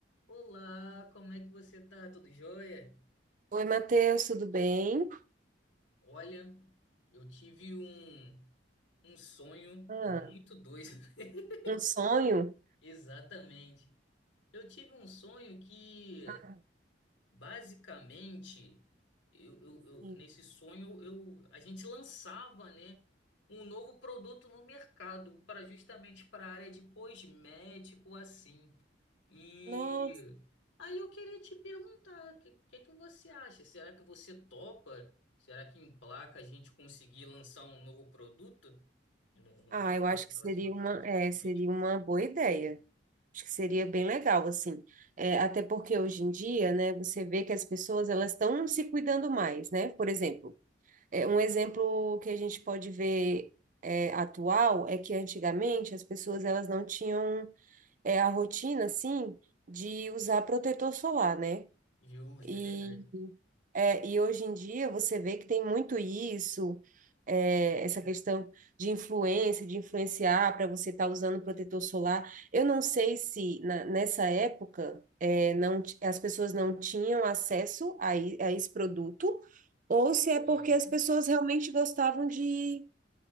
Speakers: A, on the left; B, on the right.
A: Olá, como é que você tá? Tudo jóia?
B: Oi, Matheus, tudo bem?
A: Olha, eu tive um, um sonho muito
B: Ah,
A: doido. <laughs>
B: um sonho?
A: Exatamente. Eu tive um sonho que
B: Ah,
A: Basicamente, eu, eu- eu-
B: sim.
A: nesse sonho eu, a gente lançava, né, um novo produto no mercado para justamente para a área de cosmético assim. E
B: Nossa,
A: aí eu queria te perguntar, o que, que é que você acha? Será que você topa? Será que em placa a gente conseguir lançar um novo produto no, no
B: ah,
A: mercado
B: eu acho
A: relacionado
B: que seria uma,
A: à prática de
B: é,
A: cosmético?
B: seria uma boa ideia. Acho que seria bem legal, assim. É, até porque hoje em dia, né, você vê que as pessoas elas estão se cuidando mais, né? Por exemplo, é, um exemplo que a gente pode ver é, atual é que antigamente as pessoas elas não tinham é, a rotina, assim, de usar protetor solar, né?
A: Justo,
B: E
A: é verdade.
B: É, e hoje em dia você vê que tem muito isso, é, essa questão de influência, de influenciar para você estar usando protetor solar. Eu não sei se na- nessa época é, não, ti- as pessoas não tinham acesso a, i- a esse produto, ou se é porque
A: É.
B: as pessoas realmente gostavam de,